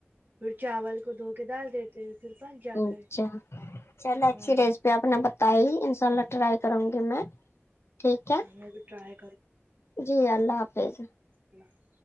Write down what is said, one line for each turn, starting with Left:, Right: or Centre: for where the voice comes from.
Right: پھر چاول کو دھو کے دال دیتے پھر پک جاتا
Left: اچھا
Right: ہے
Left: چلو
Right: ہاں
Left: اچھی ریس جو آپ نے بتائی ان شاء اللہ ٹرائی کروں گی میں ٹھیک ہے
Right: میں بھی ٹرائی
Left: جی اللہ حافظ
Right: اللہ